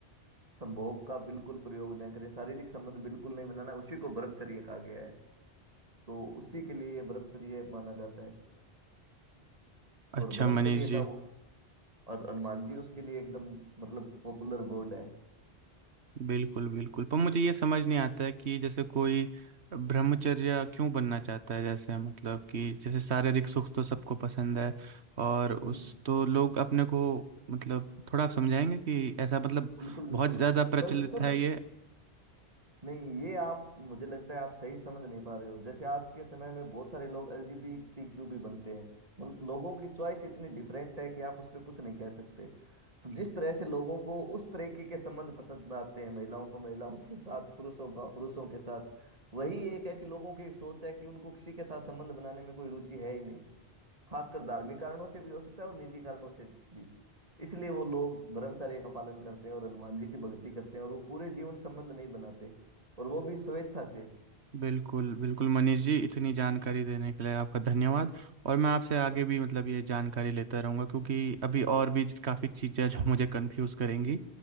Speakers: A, on the right; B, on the right.
A: संभोग का बिल्कुल प्रयोग न करें शारीरिक संबंध बिल्कुल नहीं बनाना उसी को ब्रह्मचर्य कहा गया है तो उसी के लिए ये ब्रह्मचर्य माना जाता है
B: अच्छा
A: और ब्रह्मचर्य
B: मनीष जी
A: का वो और हनुमान जी उसके लिए एकदम मतलब पॉपुलर गॉड है
B: बिल्कुल बिल्कुल पर मुझे ये समझ नहीं आता है कि जैसे कोई ब्रह्मचर्य क्यों बनना चाहता है जैसे मतलब कि जैसे शारीरिक सुख तो सबको पसंद है और
A: हम्म
B: उस तो लोग अपने को मतलब थोड़ा आप समझाएंगे कि ऐसा मतलब
A: बिल्कुल
B: बहुत
A: बिल्कुल
B: ज़्यादा प्रचलित
A: अच्छा कल्चर
B: है ये
A: नहीं ये आप मुझे लगता है आप सही समझ नहीं पा रहे हो जैसे आज के समय में बहुत सारे लोग एलजीबीटीक्यू भी बनते हैं मतलब लोगों की चॉइस इतनी डिफरेंट है कि आप उस पर कुछ नहीं कह सकते तो जिस तरह से लोगों को उस तरीके के संबंध पसंद आते हैं महिलाओं को महिलाओं के साथ पुरुषों का पुरुषों के साथ वही एक है कि लोगों की एक सोच है कि उनको किसी के साथ संबंध बनाने में कोई रुचि है ही नहीं खासकर धार्मिक कारणों से भी हो सकता है और निजी कारणों से भी इसलिए वो लोग ब्रह्मचर्य का पालन करते हैं और हनुमान जी की भक्ति करते हैं और वो पूरे जीवन संबंध नहीं बनाते और वो भी स्वेच्छा से
B: बिल्कुल बिल्कुल मनीष जी इतनी जानकारी देने के लिए आपका धन्यवाद और मैं आपसे आगे भी मतलब ये जानकारी लेता रहूँगा क्योंकि अभी और भी काफ़ी चीज़ें जो <laughs> मुझे कंफ्यूज करेंगी